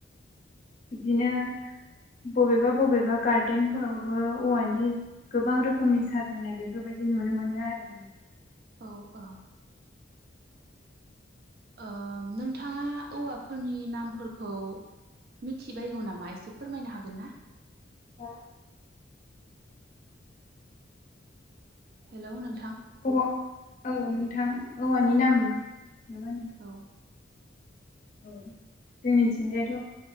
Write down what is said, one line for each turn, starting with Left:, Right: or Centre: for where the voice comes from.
Left: बिदिनो बबेबा बबेबा गार्देनफोरावबो औवानि गोबां रोखोमनि साजायनाय बेफोरबायदि नुनो मोनो आरो ना।
Right: औ औ। ओ नोंथाङा औवाफोरनि नामफोरखौ मिथिबायगौ नामा एसे फोरमायनो हागोन ना?
Left: औ।
Right: हेल' नों
Left: औ औ नोंथां। औवानि नाम होनो
Right: औ।
Left: औ जोंनिथिंजायथ'